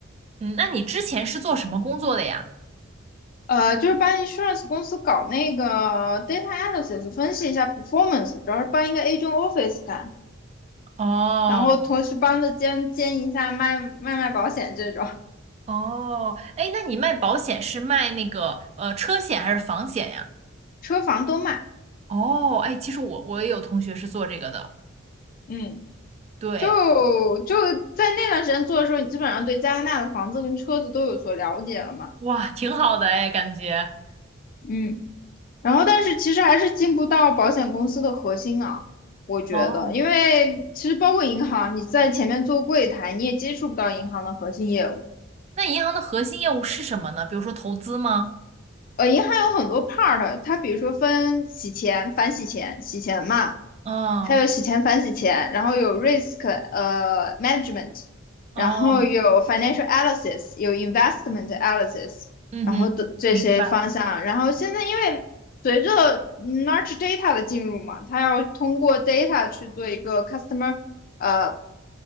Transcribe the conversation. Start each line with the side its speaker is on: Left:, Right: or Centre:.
Right: 嗯，那你之前是做什么工作的呀？
Left: 呃，就是帮 insurance 公司搞那个 data analysis，分析一下 performance，主要是帮一个 agent office 干，
Right: 哦，
Left: 然后同时帮着兼兼一下卖卖卖保险这种，
Right: 哦，哎，那你卖保险是卖那个呃车险还是房险呀？
Left: 车房都卖。
Right: 哦，哎，其实我我也有同学是做这个的，
Left: 嗯，
Right: 对，
Left: 就就在那段时间做的时候，你基本上对加拿大的房子跟车子都有所了解了嘛。
Right: 哇，挺好的哎，感觉。
Left: 嗯，然后但是其实还是进不到保险公司的核心啊，我觉得，
Right: 哦，
Left: 因为其实包括银行，你在前面做柜台，你也接触不到银行的核心业务。
Right: 那银行的核心业务是什么呢？比如说投资吗？
Left: 呃，银行有很多 part，它比如说分洗钱、反洗钱、洗钱嘛，
Right: 嗯，
Left: 还有洗钱、反洗钱，然后有 risk 呃 management，
Right: 哦，
Left: 然后有 financial analysis，有 investment analysis，
Right: 嗯哼，
Left: 然后的这些方向。
Right: 明白。
Left: 然后现在因为随着 large data 的进入嘛，它要通过 data 去做一个 customer 呃